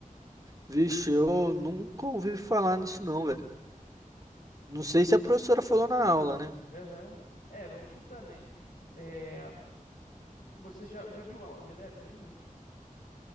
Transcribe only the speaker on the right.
Vixe, eu nunca ouvi falar nisso não, velho. Não sei se a professora falou na aula, né?